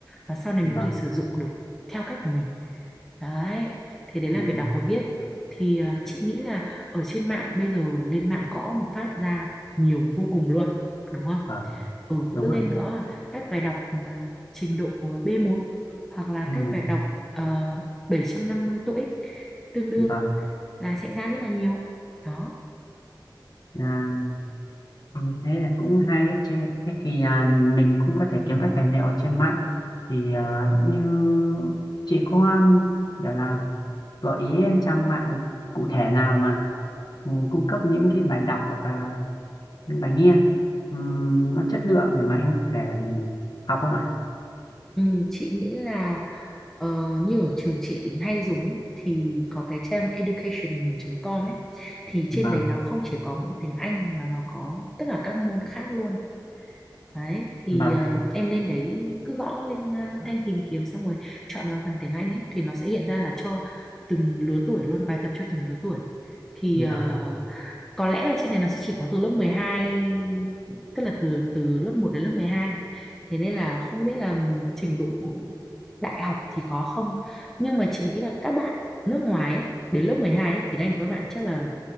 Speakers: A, in the centre; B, on the left.
A: và sau này
B: vâng
A: mình có thể sử dụng được theo cách của mình đấy thì đấy là
B: à,
A: về đọc và viết thì ờ, chị nghĩ là ở trên mạng bây giờ lên mạng gõ một phát ra nhiều vô cùng luôn đúng không
B: vâng
A: ừ
B: đúng
A: cứ lên
B: ạ
A: gõ là các bài đọc mà trình độ b một hoặc là
B: anh
A: các
B: Hùng
A: bài đọc ờ, 750 TOEIC tương đương
B: vâng
A: là sẽ ra rất là nhiều đó
B: à, ừ, thế là cũng hay đấy chứ thế thì à, mình cũng có thể kiếm các tài liệu ở trên mạng thì à, như chị có um, gọi là gợi ý trang mạng cụ thể nào mà ừ, cung cấp những cái bài đọc hoặc là những bài nghe ừm, nó chất lượng để mà em có thể học không ạ
A: ừ, chị nghĩ là ờ, như ở trường chị hay dùng ấy thì có cái trang education.com ấy thì trên
B: vâng
A: đấy nó không chỉ có mỗi tiếng Anh mà nó có tất cả các môn khác luôn đấy thì
B: vâng
A: ờ, em lên đấy cứ gõ lên ờ, thanh tìm kiếm xong rồi chọn vào phần tiếng Anh ấy thì nó sẽ hiện ra là cho từng lứa tuổi luôn bài tập cho từng lứa tuổi thì
B: vâng
A: ờ,
B: Đấy,
A: có lẽ là trên này nó sẽ chỉ có từ lớp 12 tức là từ từ lớp một đến lớp 12 thế nên là không biết là trình độ đại học thì có không nhưng mà chị nghĩ là các bạn nước ngoài ấy, đến lớp 12 ấy, tiếng Anh của các bạn chắc là